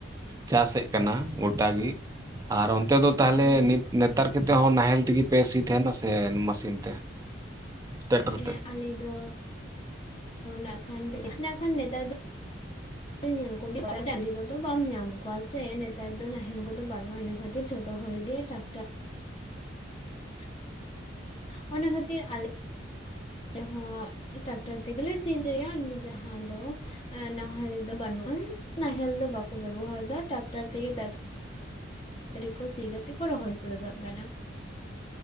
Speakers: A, on the right (about 20°); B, on the left (about 30°).
A: ᱪᱟᱥᱮᱫ ᱠᱟᱱᱟ ᱜᱚᱴᱟᱜᱮ ᱟᱨ ᱚᱱᱛᱮ ᱫᱚ ᱛᱟᱦᱞᱮ
B: ᱦᱳᱭ
A: ᱱᱤᱛ ᱱᱮᱛᱟᱨ ᱠᱮᱛᱮ ᱦᱚᱸ ᱱᱟᱦᱮᱞ ᱛᱮᱜᱮ ᱯᱮ ᱥᱤ ᱛᱮᱱᱟᱥᱮ ᱥᱮ ᱢᱮᱥᱤᱱ ᱛᱮ ᱴᱮᱠᱴᱟᱨ
B: ᱦᱮᱸ
A: ᱛᱮ
B: ᱟᱞᱮ ᱫᱚ ᱱᱟᱜ-ᱠᱷᱟᱱ <unintelligible> ᱱᱟᱜ-ᱠᱷᱟᱱ ᱱᱮᱛᱟᱨ ᱫᱚ <unintelligible> ᱟᱠᱨᱤ ᱠᱚᱫᱚ ᱵᱟᱢ ᱧᱟᱢ ᱠᱚᱣᱟ ᱥᱮ ᱱᱮᱛᱟᱨ ᱫᱚ ᱱᱟᱦᱮᱞ ᱠᱚᱫᱚ ᱵᱟᱹᱱᱩᱜ-ᱟ ᱤᱱᱟᱹ ᱠᱷᱟᱹᱛᱤᱨ ᱡᱷᱚᱛᱚ ᱦᱚᱲ ᱜᱮ ᱴᱟᱠ <inaudible> ᱚᱱᱟ ᱠᱷᱟᱹᱛᱤᱨ ᱟᱞᱮ ᱟᱞᱮ ᱦᱚᱸ ᱴᱨᱟᱠᱴᱚᱨ ᱛᱮᱜᱮ ᱞᱮ ᱥᱤ ᱦᱚᱪᱚᱭᱟ ᱩᱱᱤ ᱡᱟᱦᱟᱸ ᱫᱚ ᱱᱟᱦᱮᱞ ᱫᱚ ᱵᱟᱹᱱᱩᱜ-ᱟ ᱱᱟᱦᱮᱞ ᱫᱚ ᱵᱟᱠᱚ ᱵᱮᱵᱚᱦᱟᱨ ᱮᱫᱟ ᱴᱨᱟᱠᱴᱟᱨ ᱛᱮᱜᱮ- ᱛᱟᱲᱟᱛᱟᱨᱤ ᱠᱚ ᱥᱤ ᱠᱟᱛᱮ ᱠᱚ ᱨᱚᱦᱚᱭ ᱯᱩᱨᱟᱹᱣ ᱠᱟᱜ ᱠᱟᱱᱟ